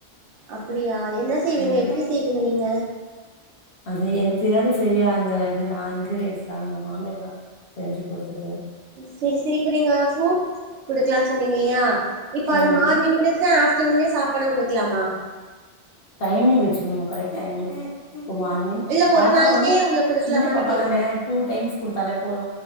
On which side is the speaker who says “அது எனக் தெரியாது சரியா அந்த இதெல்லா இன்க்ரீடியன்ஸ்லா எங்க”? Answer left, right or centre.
Left